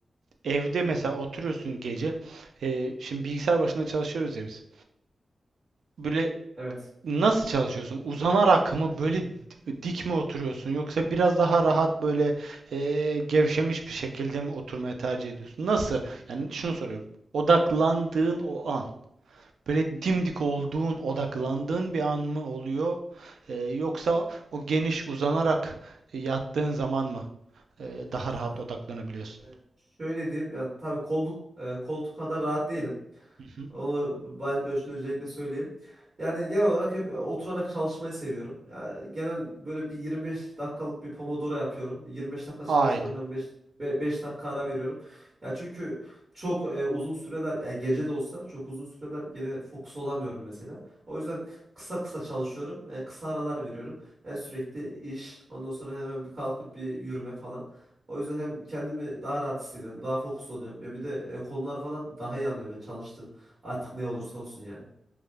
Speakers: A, on the right; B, on the right.
A: evde mesela oturuyorsun gece, e, şimdi bilgisayar başında çalışıyoruz ya biz. Böyle
B: Evet.
A: Nasıl çalışıyorsun? Uzanarak mı böyle di- dik mi oturuyorsun yoksa biraz daha rahat böyle eee, gevşemiş bir şekilde mi oturmayı tercih ediyorsun? Nasıl? Yani şunu soruyorum. Odaklandığın o an, böyle dimdik olduğun, odaklandığın bir an mı oluyor? Eee, yoksa o geniş uzanarak e, yattığın zaman mı eee,
B: Yani
A: daha
B: Erkan
A: rahat odaklanabiliyorsun?
B: e, e, şöyle diyeyim. Yani tabii kolluk, e, koltuk kadar rahat değilim.
A: Hı hı.
B: Onu ben Öztürk'e özellikle söyleyeyim. Yani genel olarak hep e, oturarak çalışmayı seviyorum. Ya, genel böyle bir 25 dakikalık bir Pomodoro yapıyorum. 25 dakika çalışıyorum
A: Aynen.
B: ben beş 5 dakika ara veriyorum. Ya çünkü çok e, uzun süreler e, gece de olsa çok uzun süreler gene fokus olamıyorum mesela. O yüzden kısa kısa çalışıyorum. e, kısa aralar veriyorum. E, sürekli iş, ondan sonra hemen bir kalkıp bir yürüme falan. O yüzden hem kendimi daha rahat hissediyorum, daha fokus oluyorum. Ya bir de e, konular falan daha iyi anlıyorum. Yani çalıştım. Artık ne olursa olsun yani.